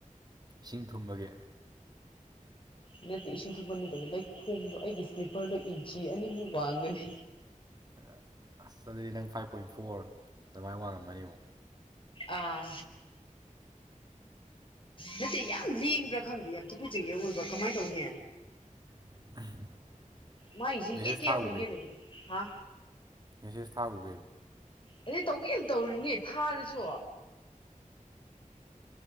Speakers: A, on the right; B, on the left.
A: ꯏꯁꯤꯡ ꯊꯨꯝꯕꯒꯤ
B: ꯅꯠꯇꯦ ꯏꯁꯤꯡ ꯊꯨꯝꯄ ꯅꯠꯇꯕ ꯂꯩꯈꯣꯡꯗꯣ ꯑꯩꯒꯤ ꯁ꯭ꯂꯤꯞꯄꯔꯗꯣ ꯏꯟꯆꯤ ꯑꯅꯤꯃꯨꯛ ꯋꯥꯡꯒꯅꯤ
A: ꯈꯔ ꯑꯁ ꯑꯗꯨꯗꯤ ꯅꯪ ꯐꯥꯏꯚ ꯄꯣꯏꯟ ꯐꯣꯔ ꯑꯗꯨꯃꯥꯏꯅ ꯋꯥꯡꯉꯝꯃꯅꯤ ꯑꯃꯨꯛ
B: ꯑꯥ ꯅꯠꯇꯦ ꯌꯥꯝ ꯂꯦꯡꯕ꯭ꯔꯥ ꯈꯪꯗꯦ ꯌꯥꯝ ꯊꯨꯀꯨꯖꯒꯦ ꯑꯣꯏꯕ꯭ꯔꯥ ꯀꯃꯥꯏꯅ ꯇꯧꯅꯤ
A: <inaudible>
B: ꯃꯥꯥꯏꯁꯤ
A: ꯃꯦꯁꯦꯖ
B: ꯌꯦꯛꯀꯦ
A: ꯊꯥꯎꯒꯦ
B: ꯌꯥꯎꯅ ꯌꯦꯛꯂꯤꯕ ꯍꯥ
A: ꯃꯦꯁꯦꯖ ꯊꯥꯈꫭ ꯀꯩꯅꫭ
B: ꯑꯩ ꯇꯧꯒꯦ ꯌꯥꯎꯅ ꯇꯧꯔꯤꯅꯦ ꯊꯥꯔꯁꯨ